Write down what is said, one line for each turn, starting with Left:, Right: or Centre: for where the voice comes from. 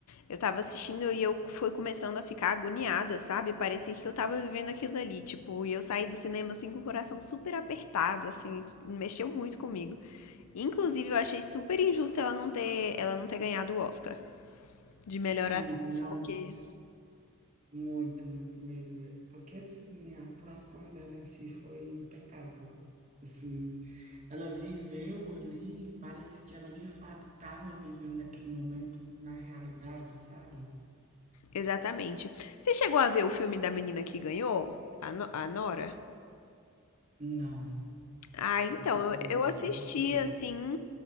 Left: eu tava assistindo e eu fui começando a ficar agoniada, sabe? Parecia que eu tava vivendo aquilo ali, tipo, e eu saí do cinema assim com o coração super apertado, assim, mexeu muito comigo. Inclusive, eu achei super injusto ela não ter, ela não ter ganhado o Oscar de melhor
Right: Sim,
Left: atriz,
Right: não,
Left: porque
Right: muito, muito mesmo. Porque, assim, a atuação dela em si foi impecável. Assim, ela viveu ali, parece que ela de fato estava vivendo aquele momento na realidade, sabe?
Left: Exatamente. Você chegou a ver o filme da menina que ganhou? A, No- a Nora?
Right: Não,
Left: Ah, então,
Right: infelizmente
Left: eu, eu
Right: não
Left: assisti,
Right: consegui.
Left: assim,